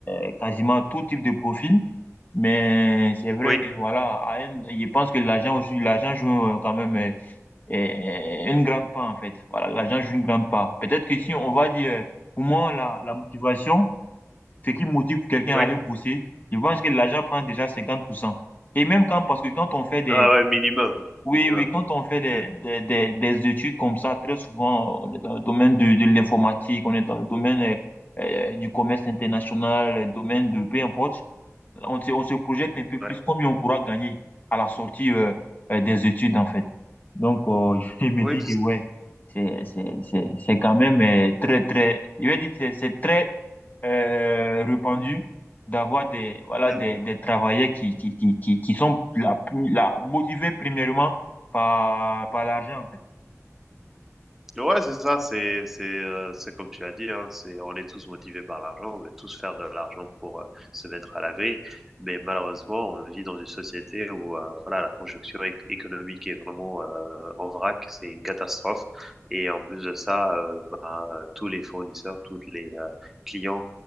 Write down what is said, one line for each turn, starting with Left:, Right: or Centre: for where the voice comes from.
Left: euh, quasiment tout type de profil. Mais c'est vrai
Centre: oui,
Left: que, voilà, à un- je pense que l'argent aussi, l'argent joue euh, quand même euh, euh, une grande part, en fait. Voilà, l'argent joue une grande part. Peut-être que si on va dire, euh, pour moi, la, la motivation, ce qui motive quelqu'un
Centre: oui.
Left: à aller bosser, je pense que l'agent prend déjà 50%. Et même quand, parce que quand on fait des,
Centre: Ah ouais, minimum,
Left: oui,
Centre: minimum.
Left: oui, quand on fait des,
Centre: Mmh
Left: des, des, des études comme ça, très souvent, on est dans le domaine de, de l'informatique, on est dans le domaine euh, euh, du
Centre: mh,
Left: commerce international, le domaine de, peu importe on se, on se projette un peu plus
Centre: ouais.
Left: combien on pourra gagner à la sortie euh, euh, des études, en fait. Donc, euh, <laughs> je me
Centre: Oui,
Left: dis
Centre: c
Left: que, ouais, c'est, c'est, c'est, c'est quand même euh, très, très, je vais dire, c'est c'est très euh, répandu d'avoir des, voilà,
Centre: mmh.
Left: des, des travailleurs qui, qui, qui, qui, qui sont la, la, motivés premièrement par, par l'argent, en fait.
Centre: Ouais, c'est ça, c'est c'est, heu, c'est comme tu as dit, hein, c'est on est tous motivés par l'argent, on veut tous faire de l'argent pour, heu, se mettre à l'abri. Mais malheureusement, on vit dans une société où, heu, voilà, la conjoncture éc économique est vraiment, heu, en vrac, c'est une catastrophe et en plus de ça, heu, ben, tous les fournisseurs, tous les, heu, clients,